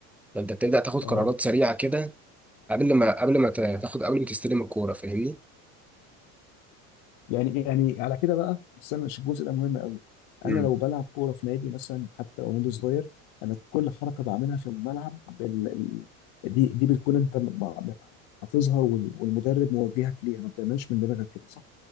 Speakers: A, in the centre; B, on the left.
A: فانت بتبدا تاخد
B: اه
A: قرارات سريعه كده قبل ما قبل ما تاخد قبل ما تستلم الكوره فاهمني
B: يعني إيه؟ يعني على كده بقى استنى عشان الجزء ده مهم قوي
A: امم
B: انا لو بلعب كوره في نادي مثلا حتى لو نادي صغير انا كل حركه بعملها في الملعب بال... ال- دي دي بتكون انت م- م- حافظها وال- والمدرب موجهك ليها ما بتعملش من دماغك كده صح؟